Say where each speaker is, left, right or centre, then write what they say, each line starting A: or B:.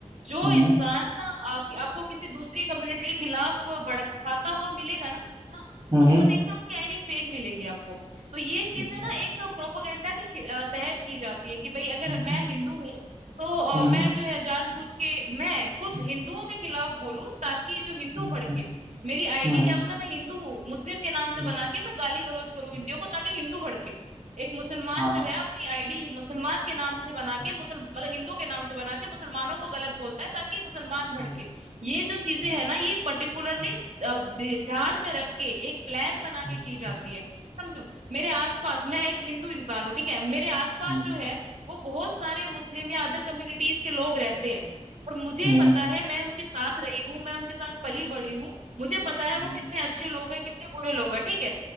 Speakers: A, on the right; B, on the right.
A: जो
B: हम्म
A: इंसान ना आ, कि- आपको किसी दूसरी कम्युनिटी के खिलाफ अ, भड़काता हुआ मिलेगा ना ना,
B: हम्म,
A: उसको
B: हम्म,
A: देखना उसकी आईडी फेक मिलेगी आपको तो ये चीजें
B: अच्छा
A: ना एक प्रोपोगंडा के खि- अ, तहत की जाती है कि भाई अगर
B: हम्म
A: मैं हिंदू हूँ तो अ,
B: हम्म
A: मैं जो है जानबूझ के मैं खुद
B: हम्म
A: हिंदुओं के खिलाफ बोलूं ताकि जो हिंदू
B: हम्म,
A: भड़के
B: हम्म,
A: मेरी आईडी
B: हम्म,
A: क्या पता मैं हिंदू हूँ मुस्लिम के नाम से
B: हम्म,
A: बना के मैं गाली गलौज करूँ
B: हम्म,
A: हिंदियों को ताकि हिंदू भड़के एक मुसलमान
B: हाँ
A: जो है अपनी आईडी मुसलमान के नाम से बना
B: हम्म,
A: के मुसल मतलब हिंदू के नाम से बना के मुसलमानों को गलत बोलता है ताकि मुसलमान भड़के
B: हम्म,
A: ये जो चीजें
B: हाँ,
A: है ना ये पर्टिकुलरली
B: हम्म,
A: ध्यान में रख के एक प्लान बना
B: हम्म,
A: के की जाती
B: हम्म,
A: है समझो मेरे आसपास मैं एक हिंदू इंसान हूँ ठीक है मेरे आसपास
B: हम्म,
A: जो है वो बहुत सारे मुस्लिम या अदर कम्युनिटीज के लोग रहते हैं और मुझे
B: हम्म,
A: पता है मैं उनके साथ रही हूँ मैं उनके साथ पली बड़ी हूँ मुझे पता है
B: हम्म,
A: वो कितने अच्छे लोग हैं कितने बुरे लोग हैं ठीक है